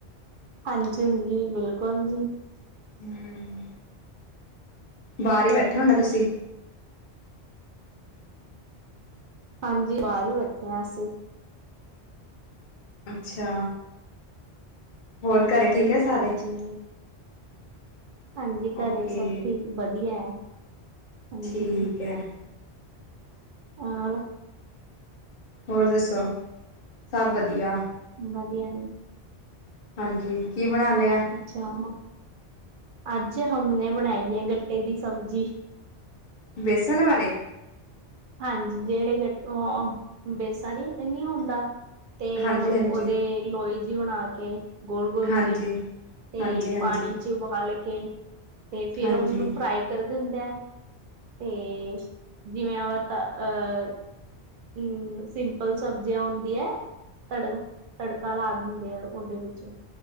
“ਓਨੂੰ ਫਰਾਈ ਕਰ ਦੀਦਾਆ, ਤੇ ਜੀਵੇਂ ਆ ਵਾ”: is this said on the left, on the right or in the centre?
Right